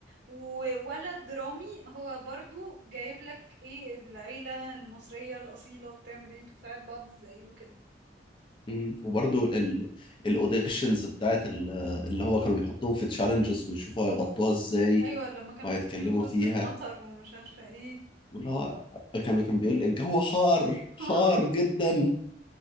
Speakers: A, on the right (about 55°); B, on the left (about 25°).
A: و- ولا درامي هو برضو جايب لك ايه العيلة المصرية الأصيلة بتعمل ايه بتساعد بعض ازاي وكده
B: مم. وبرضه ال... الاوديشنز بتاعت ال... اللي هو كانوا بيحطوهم في تشالنجز ويشوفوا هيغطوها ازاي
A: ايوه لما كانوا
B: وهيتكلموا
A: حاطين في وسط
B: فيها
A: المطر ومش عارفة ايه
B: واللي هو كان كان بيقول الجو حار
A: <laughs>
B: حار جدا